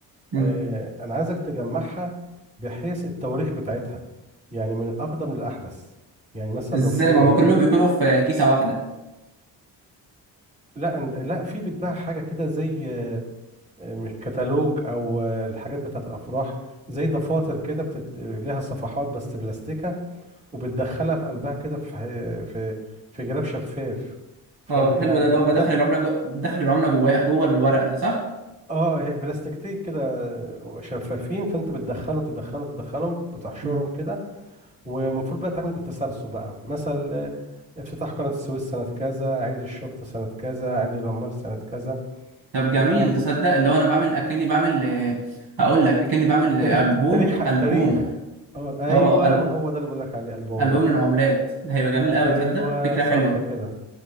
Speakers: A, on the right; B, on the right.
A: مم.
B: آه، انا عايزك تجمعها بحيث التواريخ بتاعتها يعني من الاقدم للاحدث يعني مثلا
A: إزاي
B: لو في مبو...
A: ما هما كلهم بيكونوا في كيسة واحدة
B: لا أن- لا في بيتباع حاجه كده زي آه، مش- كتالوج او آه، الحاجات بتاعت الافراح زي دفاتر كده بتت... لها صفحات بس بلاستيكه وبتدخلها في قلبها كده في ح- في في جراب شفاف فبيبقى
A: أه حلو ده اللي
B: قدام
A: هو بدخل العملة جو... بدخل العملة جواها جوه الورق ده صح؟
B: اه هي بلاستيكتين كده آه، شفافين فانت بتدخلهم تدخلهم تدخلهم بتحشرهم
A: مم.
B: كده ومفروض بقى تعمل بالتسلسل بقى مثل آه، افتتاح قناة السويس سنة كذا عيد الشرطة سنة كذا عيد العمال سنة كذا
A: طب جميل
B: بيبقى ب-
A: تصدق اللي هو أنا بعمل أكني بعمل آه، هقول لك أكني بعمل
B: تاريخ
A: آه، ألبوم
B: تاريخ
A: ألبوم
B: تاريخ اه ايوه
A: أه ال-
B: ما هو ده اللي بقول لك عليه البوم
A: ألبوم
B: ده
A: للعملات ده هيبقى جميل
B: ايوه
A: قوي تصدق فكرة
B: صح
A: حلوة
B: كده